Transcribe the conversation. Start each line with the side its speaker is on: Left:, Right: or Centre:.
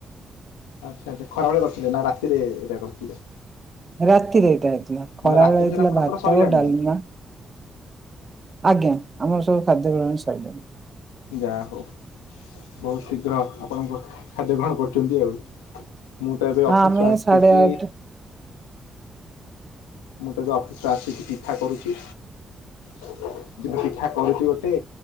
Left: ଆଚ୍ଛା ଆଚ୍ଛା ଖରାବେଳେ କରିଥିଲେ ନା ରାତିରେ ଏଇଟା କରିଥିଲେ।
Right: ରାତିରେ ଏଇଟା ହେଇଥିଲା ଖରାବେଳେ
Left: ମାନେ ରାତି ଭୋଜନ
Right: ହେଇଥିଲା
Left: ଆପଣଙ୍କର
Right: ଭାତ,
Left: ସଇଲାଣି?
Right: ଡାଲମାଆ ଆଜ୍ଞା ଆମର ସବୁ ଖାଦ୍ୟ ଗ୍ରହଣ ସଇଲାଣି।
Left: ଯାହା ହଉ ବହୁତ ଶୀଘ୍ର ଆପଣଙ୍କ ଖାଦ୍ୟ ଗ୍ରହଣ କରୁଛନ୍ତି ଆଉ। ମୁଁ ତ ଏବେ
Right: ହଁ
Left: ଅଫିସରୁୁ
Right: ଆମେ
Left: ଆସି
Right: ସାଢେ
Left: କି
Right: ଆଠ
Left: ମୁଁ ତବେ ଅଫିସ ରୁ ଆସିକି ପୀଠ କରୁଛି। କିନ୍ତୁ ପିଠା କରୁଛି ଗୋଟେ